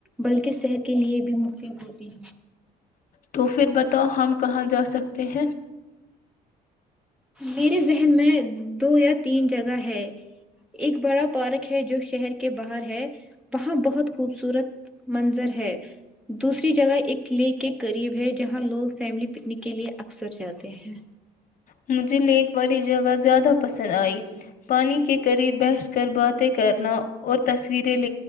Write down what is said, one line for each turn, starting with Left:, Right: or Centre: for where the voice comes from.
Centre: بلکہ صحت کے لیے بھی مفید ہوتی ہے
Left: تو پھر بتاؤ ہم کہاں جا سکتے ہیں
Centre: میرے ذہن میں دو یا تین جگہ ہے ایک بڑا پارک ہے جو شہر کے باہر ہے وہاں بہت خوبصورت منظر ہے دوسری جگہ ایک لییک کے قریب ہے جہاں لوگ فیملی پکنک کے لیے اکثر جاتے ہیں
Left: مجھے لیک والی جگہ زیادہ پسند آئی پانی کے قریب بیٹھ کر باتیں کرنا اور تصویریں ل